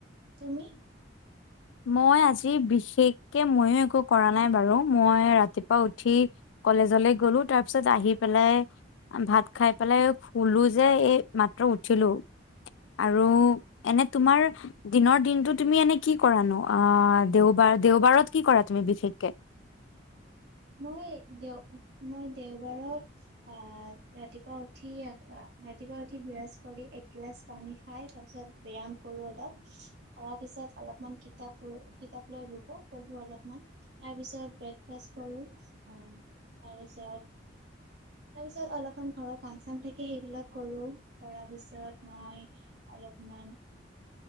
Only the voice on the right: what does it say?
তুমি।
মই দেও মই দেওবাৰত আহ ৰাতিপুৱা উঠি ৰাতিপুৱা উঠি বিৰাছ কৰি একগিলাচ পানী খাই তাৰপিছত ব্যায়াম কৰো অলপ কৰাৰ পিছত অলপমান কিতাপ পঢো কিতাপ লৈ পঢো অলপমান তাৰপিছত ব্ৰেকফাষ্ট। তাৰপিছত তাৰপিছত অলপমান ঘৰৰ কাম চাম থাকে। সেইবিলাক কৰো কৰাৰ পিছত মই অলপমান